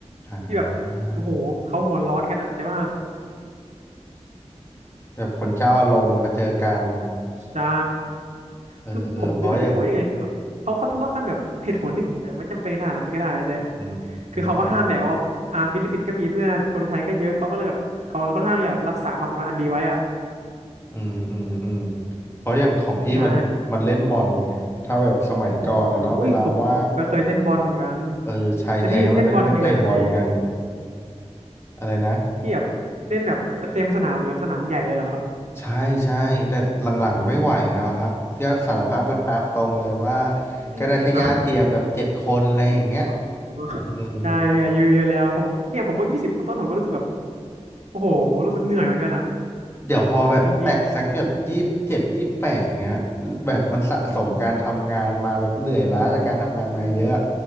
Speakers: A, on the left (about 20°); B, on the right (about 80°).
A: อ่
B: ที่แบบโอ้โหเขาหัวร้อนกันอะแต่ว่า
A: าแบบคนเจ้าอารมณ์มาเจอกัน
B: ใช่
A: เออเออเพราะอย่าง
B: คือผมไม่รู้จะพูดยังไงคือแบบเขาเขาทะเลาะกันแบบเหตุผลดิแต่ไม่จำเป็นขนาดนั้นก็ได้แต่
A: อื
B: คือเขาก็ห้ามแหละว่าอ่าฟิลิปปินส์ก็มีเพื่อนคนไทยก็เยอะเขาก็เลยแบบเขาค่อนข้างอยากรักษาความสัมพันธ์อันดีไว้อะ
A: มอืม อืม อืม เพราะอย่างของพี่มันมันเล่นบอลไง
B: ใช่
A: ถ้าแบบสมัยก่อนนะเนาะเวลาว่าง
B: โอ้ยผมผมก็เคยเล่นบอลเหมือนกัน
A: เออชายแท้มันก็จะไปเตะบอลกัน
B: แล้วพี่เล่นบอลยังไงอ่ะพี่
A: อะไรนะ
B: พี่แบบเล่นแบบเต็มสนามหรือแบบสนามใหญ่เลยเหรอครับ
A: ใช่ใช่แต่หลังๆไม่ไหวแล้วครับก็สารภาพกันตามตรงเลยว่า
B: อมอ่ะ
A: ก็ได้แค่ญาติเทียมแบบเจ็ดคนอะไรอย่างเงี้ย
B: อืม <laughs>
A: อืม
B: ได้พี่อายุเยอะแล้วผมเนี่ยผมเพิ่งยี่สิบต้นๆผมก็รู้สึกแบบโอ้โหรู้สึกเหนื่อยเหมือนกันอ่ะ
A: เดี๋ยวพอแบบแตะสักแบบยี่สิบเจ็ดยี่สิบแปดเงี้ย
B: จริง
A: แบบมันสะสมการทำงานมาแบบเหนื่อยล้าจากการทำงานมาเยอะ
B: อโอ้